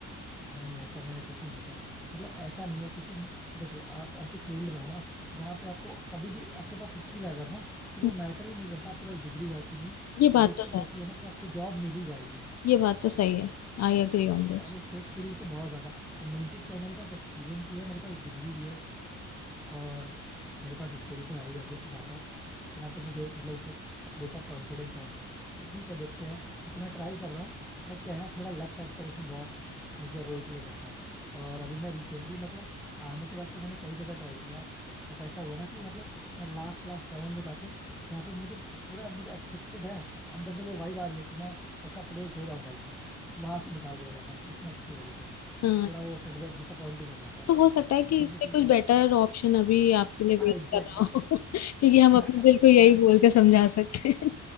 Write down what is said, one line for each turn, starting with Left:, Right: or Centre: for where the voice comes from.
Centre: नहीं ऐसा मैंने कुछ नहीं सोचा है मतलब ऐसा नहीं है क्योंकि देखो आप ऐसे फील्ड में हो ना जहाँ पे आपको कभी भी आपके पास स्किल अगर ना फिर
Left: हम्म,
Centre: वो मैटर ही नहीं करता आपके पास डिग्री है कि नहीं
Left: ये बात
Centre: ये
Left: तो
Centre: चीज
Left: है
Centre: ऐसी है ना कि आपको जॉब मिल ही जाएगी
Left: ये बात तो सही है आई एग्री ऑन दिस
Centre: और ये टेक फील्ड तो बहुत ज्यादा है और मेन चीज क्या है मेरे पास एक्सपीरियंस भी है मेरे पास डिग्री भी है और मेरे पास स्किल तो है ही ऑब्वियस बात है इतना तो मुझे मतलब ऊपर अपने ऊपर कॉन्फिडेंस है तो ठीक है देखते हैं वैसे मैं ट्राई कर रहा हूँ बट क्या है ना थोड़ा लक फैक्टर इसमें बहुत मेजर रोल प्ले करता है और अभी मैं रिसेंटली मतलब आने के बाद से मैंने कई जगह ट्राई किया बट ऐसा हुआ ना कि मतलब मैं लास्ट लास्ट राउंड में जाके जहाँ पे मुझे पूरा मुझे एक्सपेक्टेड है अंदर से वो वाइब आ रही है कि मैं पक्का प्लेस्ड हो जाऊंगा इसमें वहां से निकाल दिया जाता हूँ किसी ना किसी वजह से
Left: हाँ
Centre: तो थोड़ा वो सेटबैक डिसअपॉइंटिंग हो जाता है
Left: तो हो सकता है कि
Centre: बट फिर
Left: इससे
Centre: भी ठीक
Left: कुछ
Centre: है
Left: बेटर ऑप्शन अभी आपके लिए
Centre: <laughs>
Left: वेट
Centre: हाँ एग्जैक्टली
Left: कर रहा हो <laughs> क्योंकि हम
Centre: मैं
Left: अपने दिल को यही
Centre: मैं
Left: बोल के समझा सकते हैं